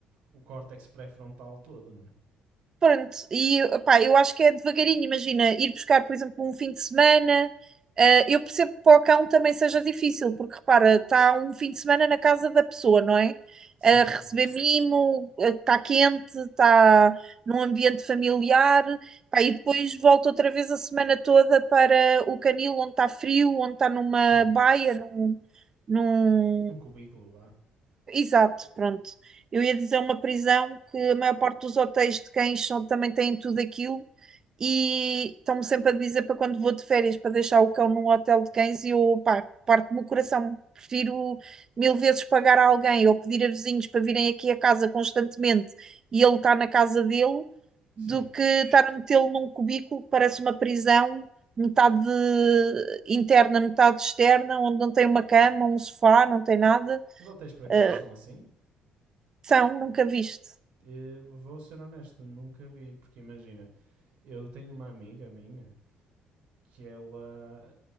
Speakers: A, on the right (about 65°); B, on the right (about 25°).
A: o córtex pré-frontal todo, não é?
B: Pronto, e opá, eu acho que é devagarinho, imagina, ir buscar, por exemplo, um fim de semana. Ah, eu percebo que para o cão também seja difícil, porque repara, está um fim de semana na casa da pessoa, não é?
A: Sim,
B: A receber
A: sim.
B: mimo, ah, está quente, está num ambiente familiar, pá, e depois volta outra vez a semana toda para o canil onde está frio, onde está numa
A: Sim.
B: baia, num, num-
A: Um cubículo, vá.
B: Exato, pronto. Eu ia dizer uma prisão que a maior parte dos hotéis de cães são- também têm tudo aquilo e estão-me sempre a dizer para quando vou de férias para deixar o cão num hotel de cães e eu, pá, parte-me o coração. Prefiro mil vezes pagar a alguém ou pedir a vizinhos para virem aqui a casa constantemente e ele está na casa dele
A: Sim.
B: do que estar a metê-lo num cubículo que parece uma prisão, metade interna, metade externa, onde não tem uma cama, um sofá, não tem nada.
A: Os hotéis para cães
B: Ah,
A: são assim?
B: são, nunca viste.
A: Eh, vou ser honesto, nunca vi, porque imagina, eu tenho uma amiga minha que ela